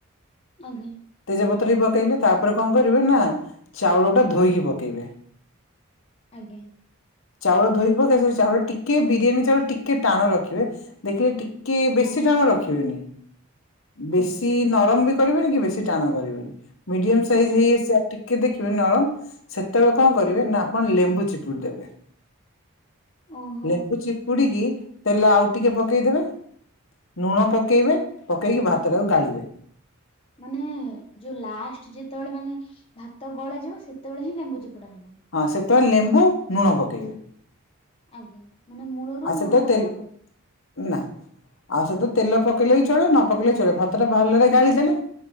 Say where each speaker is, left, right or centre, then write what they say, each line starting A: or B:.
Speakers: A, on the left; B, on the left.
A: ଆଜ୍ଞା।
B: ତେଜପତ୍ର ବି ପକେଇଲେ। ତାପରେ କଣ କରିବେ ନା ଚାଉଳ ଟା ଧୋଇକି ପକେଇବେ।
A: ଆଜ୍ଞା।
B: ଚାଉଳ ଧୋଇକି ପକେଇବେ ସେ ଚାଉଳ ଟିକେ ବିରିୟାନୀ ଚାଉଳ ଟିକେ ଟାଣ ରଖିବେ। ଦେଖିବେ ଟି କି ବେଶୀ
A: ଆଜ୍ଞା
B: ଟାଣ ରଖିବେନି। ବେଶୀ
A: ଆଜ୍ଞା
B: ନରମ ବି କରିବେନି କି ବେଶୀ ଟାଣ କରିବେନି ମିଡିୟମ୍ ସାଇଜ୍
A: ଆଜ୍ଞା
B: ହେଇ ଆସ ଟିକେ ଦେଖିବେ ନରମ ସେତେବେଳେ କଣ କରିବେ ନା ଆପଣ ଲେମ୍ବୁ ଚିପୁଡ଼ି ଦେବେ।
A: ଓହୋ
B: ଲେମ୍ବୁ ଚିପୁଡିକି ତେଲ ଆଉ ଟିକେ ପକେଇଦେବେ। ନୁଣ ପକେଇବେ ପକେଇକି ଭାତ ଟାକୁ ଗାଳିବେ।
A: ମାନେ ଯୋଉ ଲାଷ୍ଟ ଯେତେବେଳେ ମାନେ ଭାତ ଗଳା ଯିବ ସେତେବେଳେ ହିଁ ଲେମ୍ବୁ ଚିପୁଡା ହବ?
B: ହଁ ସେତେବେଳେ ଲେମ୍ବୁ ନୁଣ ପକେଇବେ।
A: ଆଜ୍ଞା, ମାନେ ମୂଳରୁ
B: ଆଉ ସେତେବେଳେ
A: ଲୁଣ ପକା ହବନି?
B: ନା। ଆଉ ସେଥି ତେଲ ପକେଇଲେ ବି ଚଳିବ ନ ପକେଇଲେ ଚଳିବ ଭାତଟା ଭଲରେ ଗାଳି ଦେଲେ।